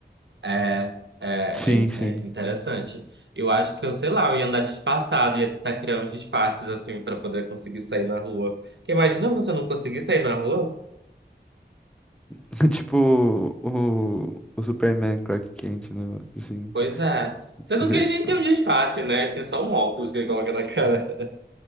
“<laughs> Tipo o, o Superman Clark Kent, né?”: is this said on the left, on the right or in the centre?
Centre